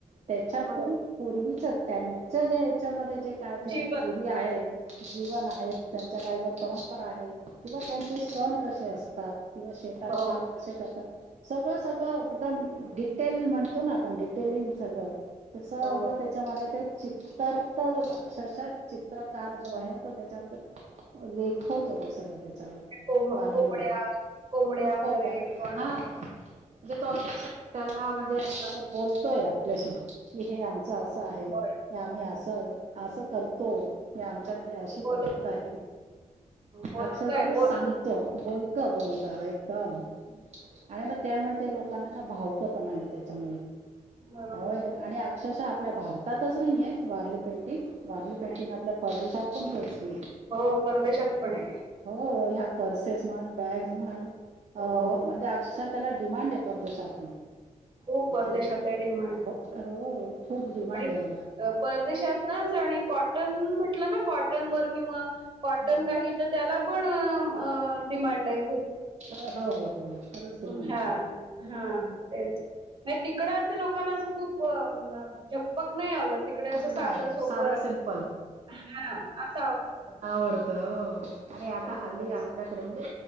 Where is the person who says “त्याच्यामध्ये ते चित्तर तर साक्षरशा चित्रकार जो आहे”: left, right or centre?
Right